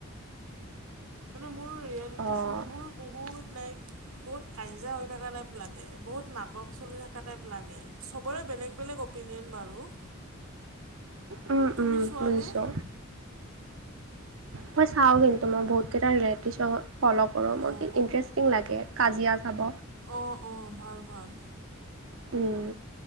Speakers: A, on the right; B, on the right.
A: মানে মোৰ ৰিয়েলিটি
B: অ',
A: শ্ব'বোৰ বহুত লাইক বহুত কাজিয়া হৈ থকা টাইপ লাগে, বহুত নাটক চলি থকা টাইপ লাগে, চবৰে বেলেগ বেলেগ অপ অপিনিয়ন বাৰু।
B: উম,
A: তুমি
B: উম,
A: চোৱানে
B: বুজিছো। মই চাওঁ কিন্তু মই বহুত কেইটা ৰিয়েলিটি শ্ব ফল' <unintelligible>
A: অঁ
B: কি ইণ্টাৰেষ্টিং লাগে কাজিয়া চাব।
A: অ', অ' ভাল ভাল।
B: উম।